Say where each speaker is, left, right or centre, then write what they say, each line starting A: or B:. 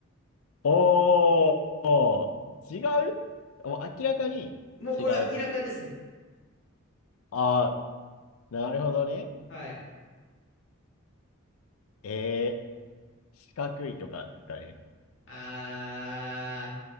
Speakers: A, on the left; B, on the left.
A: おー、おー違うもう明らかに違う。
B: もうこれ明らかですね。
A: あー、なるほどね。
B: はい。
A: えー、四角いとかですかね。
B: あー、